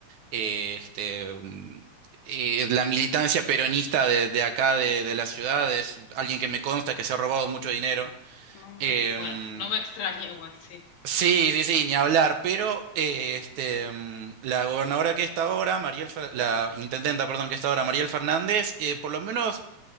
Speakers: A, on the right (about 70°); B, on the left (about 70°).
A: eh, este, mm, eh, la militancia peronista de, de acá, de, de la ciudad, es alguien que me consta que se ha robado mucho dinero.
B: mm.
A: Em,
B: Bueno, no me extraña igual, sí.
A: sí, sí, sí, ni hablar, pero eh, este, mm, la gobernadora que está ahora, Mariel, Fer- la intendenta, perdón, que está ahora, Mariel Fernández, eh, por lo menos